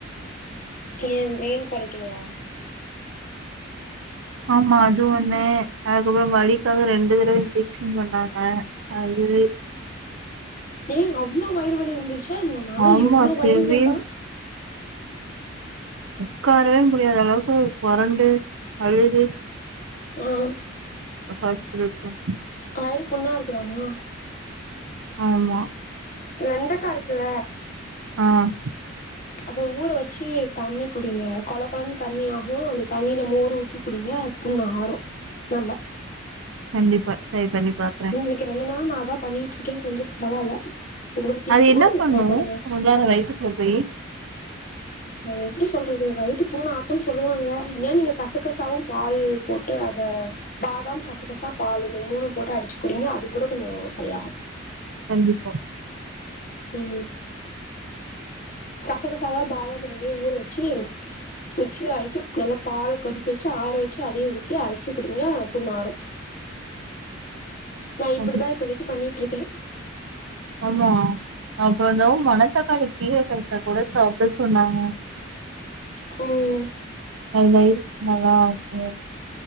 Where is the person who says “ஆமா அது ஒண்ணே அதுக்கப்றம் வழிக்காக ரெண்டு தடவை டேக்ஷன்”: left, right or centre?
Right